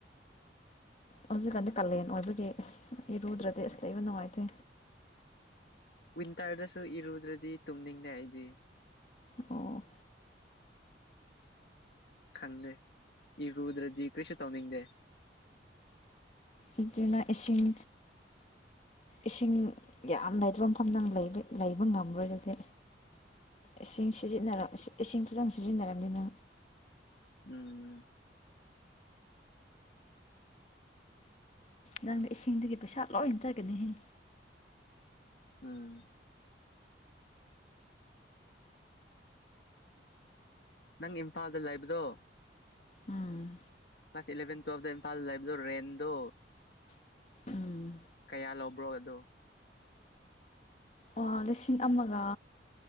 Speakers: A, on the left (about 40°); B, on the left (about 60°).
A: ꯍꯧꯖꯤꯛꯀꯥꯟꯗꯤ ꯀꯥꯂꯦꯟ ꯑꯣꯏꯕꯒꯤ ꯑꯁ ꯏꯔꯨꯗ꯭ꯔꯗꯤ ꯑꯁ ꯂꯩꯕ ꯅꯨꯡꯉꯥꯏꯇꯦ
B: ꯋꯤꯟꯇꯔꯗꯁꯨ ꯏꯔꯨꯗ꯭ꯔꯗꯤ ꯇꯨꯝꯅꯤꯡꯗꯦ ꯑꯩꯗꯤ
A: ꯑꯣ
B: ꯈꯪꯗꯦ ꯏ ꯀꯨꯗ꯭ꯔꯗꯤ ꯀ꯭ꯔꯤꯁꯤ ꯇꯧꯅꯤꯡꯗꯦ
A: ꯑꯗꯨꯅ ꯏꯁꯤꯡ ꯏꯁꯤꯡ ꯌꯥꯝ ꯂꯩꯗꯕ ꯃꯐꯝꯗꯪ ꯂꯩꯕ ꯉꯝꯃ꯭ꯔꯒꯗꯤ ꯏꯁꯤꯡꯖꯤꯟꯅ ꯏꯁꯤꯡ ꯐꯖꯅ ꯁꯤꯖꯤꯟꯅꯔꯕꯅꯤꯅ
B: ꯎꯝ
A: ꯅꯪꯗꯤ ꯏꯁꯤꯡꯗꯒꯤ ꯄꯩꯁꯥ ꯂꯣꯏꯖꯒꯅꯤꯍꯦ
B: ꯎꯝ ꯅꯪ ꯏꯝꯐꯥꯜꯗ ꯂꯩꯕꯗꯣ
A: ꯎꯝ
B: ꯀ꯭ꯂꯥꯁ ꯏꯂꯚꯦꯟ ꯇꯨꯌꯦꯦꯜꯞꯇ ꯏꯝꯐꯥꯜ ꯂꯩꯕꯗꯣ ꯔꯦꯟꯗꯣ
A: ꯎꯝ
B: ꯀꯌꯥ ꯂꯧꯕ꯭ꯔꯣ ꯑꯗꯣ
A: ꯑꯣ ꯂꯤꯁꯤꯡ ꯑꯃꯒ